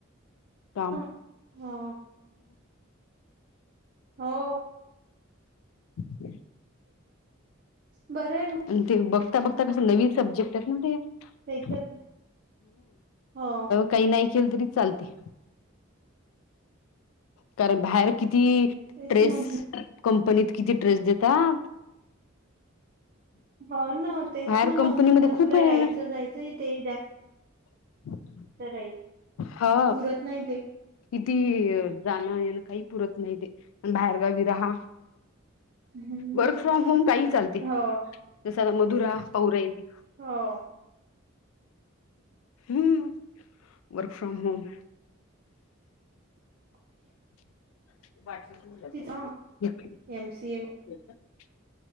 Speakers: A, on the right; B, on the left.
A: ना
B: काम
A: हो हो
B: हगग
A: बर आहे म
B: तेजश बघता बघता नवीन सबजेक्ट ना ते्
A: त्याच्यात हो
B: काही नाही केलं तरी चालते कारण बाहेर किती
A: तेच
B: ट्रेस
A: म्हंटलं
B: कंपनीत किती टड्रेस देतात
A: ह ना तेच
B: बाहेर
A: ना
B: कंपनीमध्ये
A: मग
B: खूप
A: तुला
B: आहे
A: यायचं जायचं ते द्या
B: <unintelligible>
A: सकाळी
B: हा
A: पुरत नाही ते.
B: किती जाणं येणं काही पुरत नाही ते पण बाहेरगावी राहा.
A: हम्म
B: वर्क फ्रॉम होम काही चालते
A: हो
B: जस आता मधुरा पाहू राहिले.
A: हो.
B: हम्म! Work from home.
A: <inaudible>
B: <unintelligible>
A: तिच एमसीए